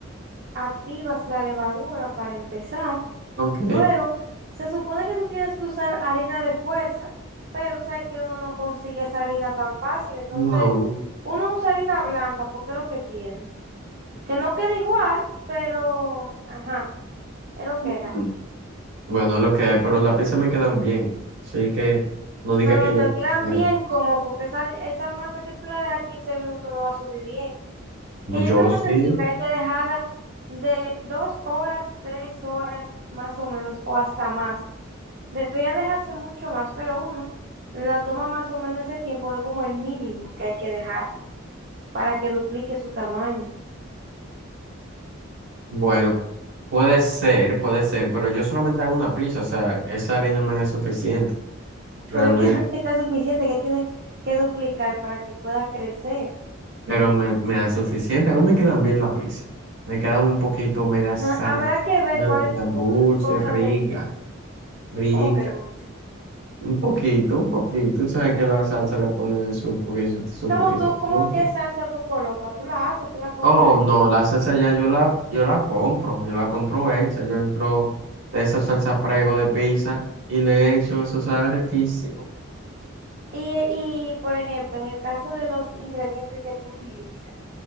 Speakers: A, on the right; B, on the right.
A: activas la levadura para empezar.
B: Ok.
A: Luego, se supone que tú tienes que usar harina de fuerza, pero sabes que uno no consigue esa harina tan fácil. Entonces,
B: No.
A: uno usa harina blanca porque es lo que tiene. que no queda igual, pero, ajá, es lo que
B: Mm.
A: hay.
B: Bueno, lo que, hay, pero los lápices me quedan bien. Así que no diga
A: Pero
B: que
A: te
B: yo no
A: quedan
B: quisiera.
A: bien como, porque esa, esa masa que tú la dejas 15 minutos no va a subir bien. Que yo
B: Yo
A: tengo
B: sí.
A: entendido que hay que dejarla de dos horas, tres horas, más o menos, o hasta más. Debería dejarse mucho más, pero uno la toma más o menos ese tiempo, es como el mínimo que hay que dejarle para que duplique su tamaño.
B: Bueno, puede ser, puede ser, pero yo solamente hago una pizza. O sea, esa harina me es suficiente, realmente.
A: Pero es que <laughs> no está suficiente, que tiene que duplicar para que pueda crecer.
B: Pero me, me da suficiente. A mí me quedan bien las pizzas. Me quedan un poquito, me da sal,
A: No, habrá que ver
B: me
A: cuál
B: quedan
A: es tu
B: dulce,
A: cosa
B: rica,
A: de bien,
B: rica.
A: como que dulce.
B: Un poquito, un poquito. Tú sabes que la salsa le pone su poquito, su
A: ¿Cómo
B: poquito
A: tú,
B: de
A: cómo
B: dulce.
A: qué salsa tú colocas? Tú la haces, tú la compras.
B: Oh,
A: ahí.
B: no, la salsa ya yo la, yo la compro, yo la compro hecha, yo entro de esa salsa prego de pizza y le echo, eso sabe riquísimo.
A: Y, y, por ejemplo, en el caso de los ingredientes que tú utilizas,